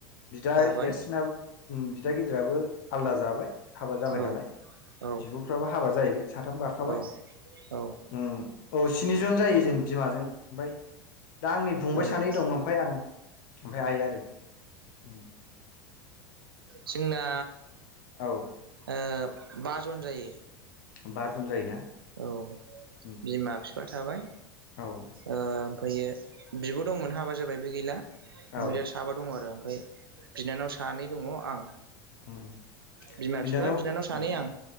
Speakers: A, on the left; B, on the right.
A: बिदा
B: जाबाय
A: देरसिनो उम बिदा गिदिराबो आलादा जाबाय हाबा जाबाय
B: औ
A: नालाय
B: औ
A: बिबफ्राबो हाबा जाहैबाय साथाम गाखाबाय
B: औ औ
A: उम औ स्निजन जायो जों बिमाजों ओमफ्राय दा आंनि फंबाय
B: अ
A: सानै दं ओमफाय आं ओमफाय आइ आरो उम
B: जोंना
A: औ
B: ओ बा जन जायो
A: बा जन जायोना
B: औ
A: उम
B: बिमा फिफा फिफा थाबाय
A: औ
B: ओमफैयो
A: ओमफ्राय
B: बिब दंमोन हाबा जाबाय बे गैला ओमफाय
A: औ
B: दा साबा दङ आरो ओमफाय बिनानाव सानै दङ आं
A: उम
B: बिमा
A: बिनानाव
B: बिफा
A: उम
B: सानै आं